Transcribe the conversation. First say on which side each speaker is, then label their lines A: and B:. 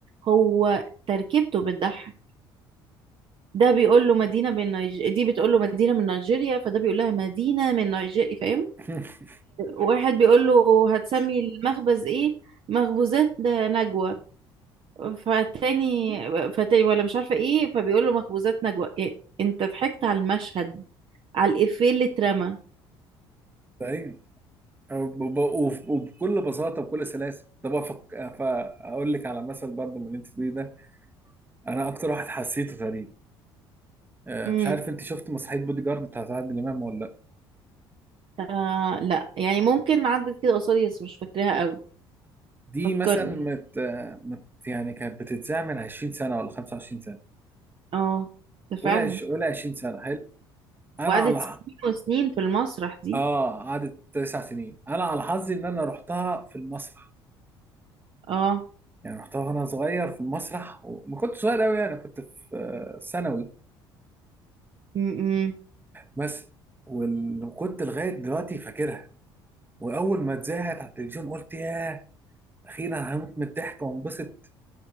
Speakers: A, on the right; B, on the right.
A: هو تركيبته بتضحك ده بيقول له مدينة من نيج... دي بتقول له مدينة من نيجيريا فده بيقول لها مدينة من نيجيريا فاهم
B: <laughs>
A: واحد بيقول له هتسمي المخبز ايه مخبوزات نجوى فالتاني فالتاني ولا مش عارفة ايه فبيقول له مخبوزات نجوى إيه؟ انت ضحكت على المشهد على الإفيه اللي اترمى
B: ايوه وب- وب- وبكل بساطه وبكل سلاسه طب أفك... فاقول لك على مثل برضه من اللي انت بتقوليه ده انا اكتر واحد حسيته تقريبا آه،
A: إمم.
B: مش عارف انت شفت مسرحيه بودي جارد بتاعت عادل امام ولا لا
A: آه لا يعني ممكن عدت كده قصادي بس مش فاكراها قوي
B: دي
A: فكرني
B: مثلا مت... آه، مت... يعني كانت بتتذاع من 20 سنه ولا 25 سنه
A: اه ده فعلا
B: قولي عش... قولي 20 سنه حلو انا
A: وقعدت
B: على
A: سنين وسنين في المسرح دي
B: اه قعدت تسع سنين انا على حظي ان انا رحتها في المسرح
A: اه
B: يعني رحتها وانا صغير في المسرح وما كنت صغير قوي يعني كنت في آه، ثانوي
A: م
B: بس وال- وكنت لغايه دلوقتي فاكرها واول ما اتذاعت على التلفزيون قلت ياه اخيرا هموت من الضحك وانبسط